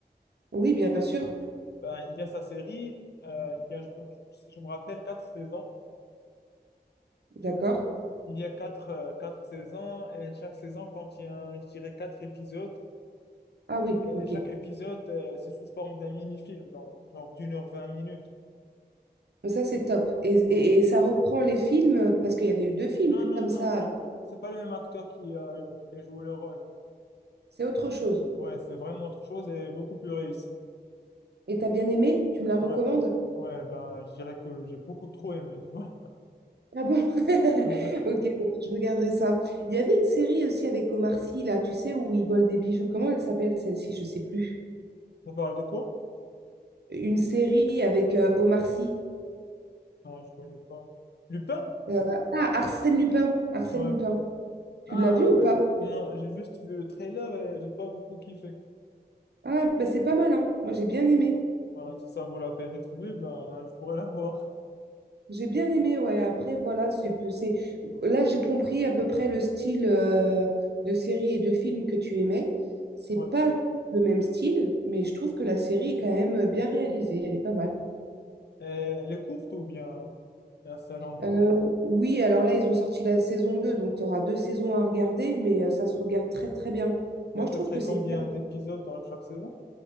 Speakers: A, on the right; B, on the left.
A: Oui, bien sûr,
B: Ben, il y a sa série, euh, il y a, je- si je me rappelle, quatre saisons.
A: d'accord.
B: Il y a quatre, euh, quatre saisons et chaque saison contient, je dirais, quatre épisodes.
A: Ah oui,
B: Et
A: ok.
B: chaque épisode, euh, c'est sous forme d'un mini-film, dans- genre d'une heure vingt minutes.
A: Ça, c'est top. Et,
B: Ouais.
A: et et ça reprend les films, parce qu'il y avait eu deux films
B: Non, non,
A: comme
B: non,
A: ça.
B: non. C'est pas le même acteur qui a, euh, qui a joué le rôle.
A: C'est autre chose.
B: Ouais, c'est vraiment autre chose et beaucoup plus réussi.
A: Et t'as bien aimé? Tu me la recommandes?
B: Ouais, ouais, ben, je dirais que j'ai beaucoup trop aimé, tu vois.
A: Ah bon? <laughs>
B: <laughs>
A: Ok, bon, je regarderai ça. Il y avait une série aussi avec Omar Sy, là, tu sais, où il vole des bijoux. Comment elle s'appelle celle-ci? Je sais plus.
B: On parle de quoi?
A: Une série avec euh, Omar Sy.
B: Non, je connais pas. Lupin?
A: Euh, ah, Arsène Lupin. Arsène
B: Ouais.
A: Lupin. Tu
B: Ah,
A: l'as vu
B: ouais, ouais.
A: ou pas?
B: Non, j'ai juste vu le trailer et j'ai pas beaucoup kiffé.
A: Ah, bah c'est pas mal, hein. Moi, j'ai bien aimé.
B: ben si ça vaut la peine d'être vu, ben, je pourrais la voir.
A: J'ai bien aimé, ouais. Après, voilà, c'est, peu- c'est... Là, j'ai compris à peu près le style euh, de série et de film que tu aimais. C'est
B: Ouais.
A: pas le même style, mais je trouve que la série est quand même bien réalisée. Elle est pas mal.
B: Et elle est courte ou bien c'est assez longue?
A: Euh, oui, alors là, ils ont sorti la saison 2, donc tu auras deux saisons à regarder, mais euh, ça se regarde très, très bien. Moi,
B: Et À
A: je
B: peu
A: trouve
B: près
A: que
B: combien
A: c'est bien.
B: d'épisodes dans chaque saison?